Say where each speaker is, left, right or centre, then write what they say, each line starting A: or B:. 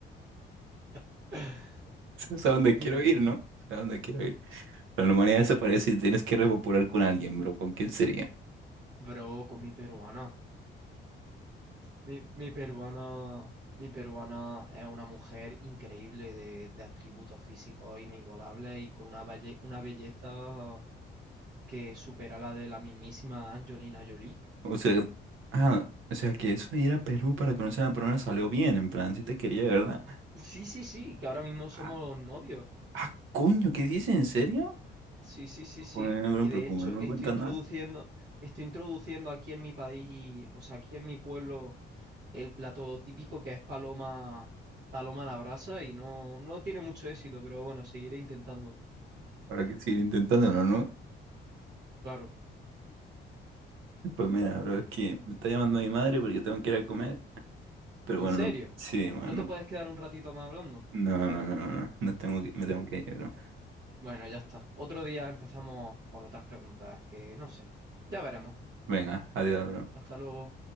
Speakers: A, on the right; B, on the right.
A: <sighs> <laughs>
B: <laughs> o a dónde
A: Dime,
B: quiero ir, ¿no? O a dónde quiero ir. Pero la humanidad desaparece y tienes que repopular con alguien, bro. ¿Con quién sería?
A: bro, con mi peruana. Mi, mi peruana, mi peruana es una mujer increíble de, de atributos físicos inigualables y con una, valle- una belleza que supera la de la mismísima Angelina Jolie.
B: O sea, ah, o sea que eso de ir a Perú para conocer a la persona salió bien, en plan, si te quería, ¿verdad?
A: Sí, sí, sí, que ahora mismo somos
B: Ah,
A: novios.
B: ah, coño, ¿qué dices? ¿En serio?
A: Sí, sí, sí, sí.
B: Joder, no, bro,
A: Y de
B: pero como
A: hecho
B: no
A: estoy
B: me cuentan
A: introduciendo,
B: nada,
A: estoy introduciendo aquí en mi país, o sea, aquí en mi pueblo, el plato típico que es paloma, paloma a la brasa y no, no tiene mucho éxito, pero bueno, seguiré intentando.
B: habrá que seguir intentándolo, ¿no?
A: Claro.
B: Pues mira, bro, es que me está llamando mi madre porque tengo que ir a comer. Pero
A: ¿En
B: bueno,
A: serio?
B: no, sí, mano,
A: ¿No te puedes quedar un ratito más hablando?
B: no, no, no, no, no, no no tengo que, me tengo que ir, bro.
A: Bueno, ya está. Otro día empezamos con otras preguntas que no sé. Ya veremos.
B: Venga, adiós, bro.
A: Hasta luego.